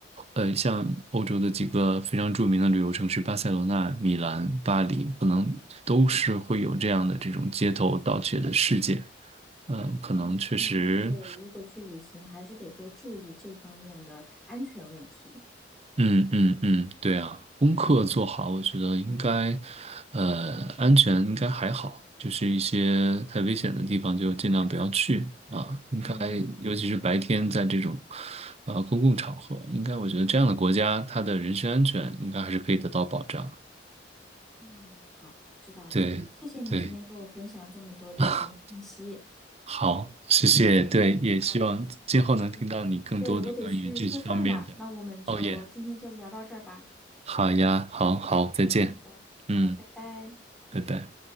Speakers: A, on the right (about 35°); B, in the centre.
A: 呃，像欧洲的几个非常著名的旅游城市，巴塞罗那、米兰、巴黎，可能都是会有这样的这种街头盗窃的事件。嗯，可能确实。
B: 哦，看来还是如果去旅行，还是得多注意这方面的安全问题。
A: 嗯嗯嗯，对啊，功课做好，我觉得应该，呃，安全应该还好，就是一些太危险的地方就尽量不要去啊。应该，
B: 嗯，
A: 尤其是白天在这种，呃，公共场合，应该我觉得这样的国家，他的人身安全应该还是可以得到保障。
B: 哦，好，知道了，
A: 对对，
B: 谢谢你今天跟我分享这么多旅行的信息。
A: <laughs> 好，谢谢。
B: 嗯，
A: 对，也希望今后能听到你更多的关于这方面的。
B: 好嘞，嗯，对，我得去做饭了，那我们就今天就聊到这儿吧。
A: 哦耶，好呀，好好，再见。
B: 好的好的，
A: 嗯，
B: 好，拜拜。
A: 拜拜。